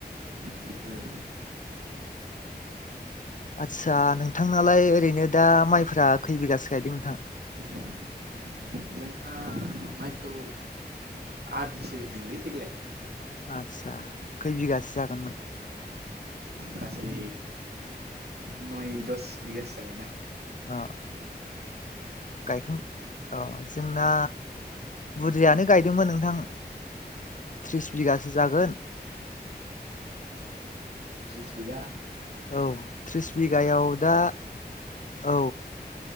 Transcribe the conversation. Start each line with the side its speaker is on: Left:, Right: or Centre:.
Right: औ
Left: आदसा नोंथांलाय ओरैनो दा माइफोरा खै बिगासो गायदों नोंथां
Right: <unintelligible> <inaudible> जोंहा माइखौ आदिसो होदोंलै देग्लाय
Left: आदसा खै बिगासो जागोनमोन
Right: गासै नय दस बिगासो जागोनदां
Left: अ गायखां औ जोंना बुरजायायानो गायदोंमोन नोंथां थ्रिस बिगासो जागोन
Right: थ्रिस बिघा
Left: औ थ्रिस बिगायाव दा औ